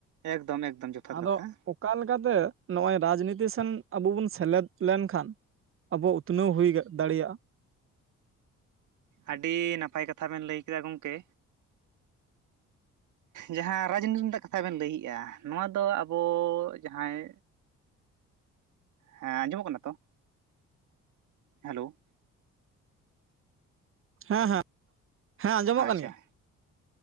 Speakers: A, on the right; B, on the right.
A: ᱮᱠᱫᱚᱢ ᱮᱠᱫᱚᱢ ᱡᱚᱛᱷᱟᱛ
B: ᱟᱫᱚ
A: ᱠᱟᱛᱷᱟ᱾
B: ᱚᱠᱟ ᱞᱮᱠᱟᱛᱮ ᱱᱚᱜᱼᱚᱭ ᱨᱟᱡᱽᱱᱤᱛᱤ ᱥᱮᱱ ᱟᱵᱚ ᱵᱚᱱ ᱥᱮᱞᱮᱫ ᱞᱮᱱᱠᱷᱟᱱ ᱟᱵᱚᱣᱟᱜ ᱩᱛᱱᱟᱹᱣ ᱦᱩᱭ ᱫᱟᱲᱮᱭᱟᱜᱼᱟ᱾
A: ᱟᱹᱰᱤ ᱱᱟᱯᱟᱭ ᱠᱟᱛᱷᱟ ᱵᱮᱱ ᱞᱟᱹᱭ ᱠᱮᱫᱟ ᱜᱚᱢᱠᱮ, ᱡᱟᱦᱟᱸ ᱨᱟᱡᱽᱱᱤᱛᱤ ᱨᱮᱱᱟᱜ ᱠᱟᱛᱷᱟ ᱵᱮᱱ ᱞᱟᱹᱭᱮᱜᱼᱟ ᱱᱚᱣᱟ ᱫᱚ ᱟᱵᱚ ᱡᱟᱦᱟᱸᱭ ᱦᱮᱸ ᱟᱸᱡᱚᱢᱚᱜ ᱠᱟᱱᱟ ᱛᱚ? ᱦᱮᱞᱳ
B: ᱦᱮᱸ ᱦᱮᱸ ᱦᱮᱸ ᱟᱸᱡᱚᱢᱚᱜ
A: ᱟᱪᱪᱷᱟ
B: ᱠᱟᱱ ᱜᱮᱭᱟ᱾